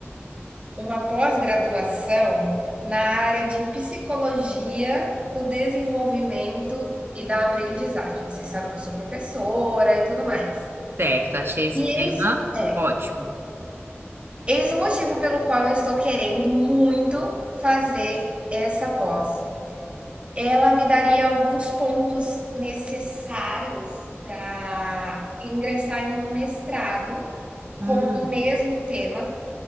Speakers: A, on the right (about 25°); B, on the right (about 55°).
A: uma pós-graduação na área de psicologia do desenvolvimento e da aprendizagem. Você sabe que eu sou professora e tudo mais.
B: certo, achei esse
A: E
B: tema
A: eis o, é,
B: ótimo.
A: eis o motivo pelo qual eu estou querendo muito fazer essa pós. Ela me daria alguns pontos necessários para ingressar em um mestrado
B: Hum,
A: com o mesmo tema